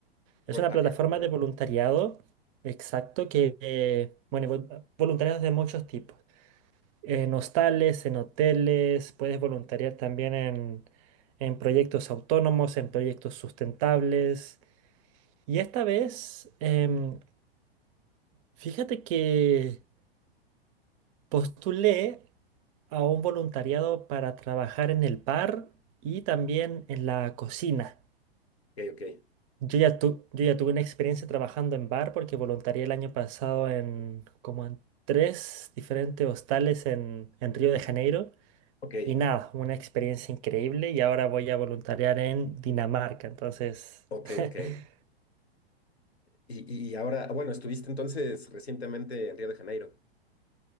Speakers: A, on the right; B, on the left.
A: Es
B: Worldpacker.
A: una plataforma
B: Ajá.
A: de voluntariado, exacto, que, eh, bueno, vol- voluntariados de muchos tipos. En hostales, en hoteles, puedes voluntariar también en, en proyectos autónomos, en proyectos sustentables. Y esta vez, em, fíjate que postulé a un voluntariado para trabajar en el bar y también en la cocina.
B: Ok, ok.
A: Yo ya, tu- yo ya tuve una experiencia trabajando en bar porque voluntarié el año pasado en como en tres diferentes hostales en, en Río de Janeiro.
B: Ok,
A: Y nada, una experiencia increíble y ahora voy a voluntariar en Dinamarca. Entonces,
B: ok,
A: <laughs>
B: ok. Y, y ahora, bueno, estuviste entonces recientemente en Río de Janeiro.